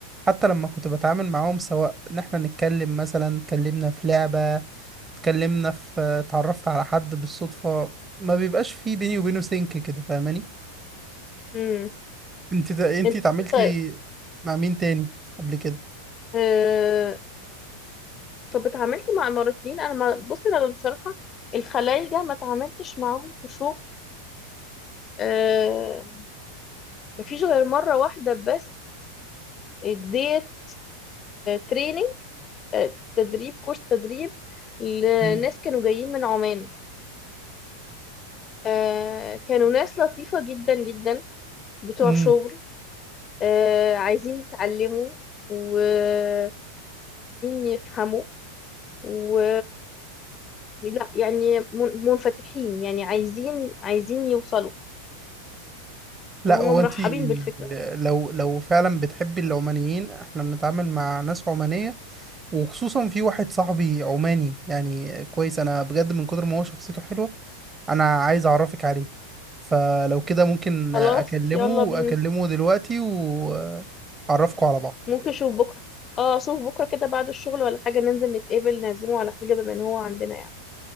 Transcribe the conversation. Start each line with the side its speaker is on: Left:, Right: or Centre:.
Right: حتى لما كنت بتعامل معاهم سواء ان احنا نتكلم مثلا اتكلمنا في لعبة اتكلمنا في اتعرفت على حد بالصدفة ما بيبقاش في بيني وبينه سينك كده فاهماني
Left: مم.
Right: انت تا- انت
Left: انت
Right: اتعاملتي
Left: طيب
Right: مع مين تاني قبل كده
Left: آه... طب اتعاملت مع اماراتيين انا ما بص انا بصراحه الخلايجه ما اتعاملتش معاهم في شغل آه... ما فيش غير مره واحده بس اديت تريننج تدريب كورس تدريب لناس
Right: مم.
Left: كانوا جايين من عمان آه، كانوا ناس لطيفة جدا جدا بتوع
Right: ايوه
Left: شغل آه، عايزين يتعلموا وعايزين يفهموا و لا يعني من- منفتحين يعني عايزين عايزين يوصلوا
Right: لا
Left: وهما
Right: هو
Left: مرحبين
Right: انت
Left: بالفكرة
Right: لو لو فعلا بتحبي العمانيين احنا بنتعامل مع ناس عمانية وخصوصا في واحد صاحبي عماني يعني كويس انا بجد من كتر ما هو شخصيته حلوة انا عايز اعرفك عليه فلو كده ممكن
Left: خلاص
Right: اكلمه
Left: يلا بينا
Right: اكلمه دلوقتي واعرفكوا على بعض
Left: ممكن اشوف بكرة اه اشوف بكرة كده بعد الشغل ولا حاجة ننزل نتقابل نعزمه على حاجة بما ان هو عندنا يعني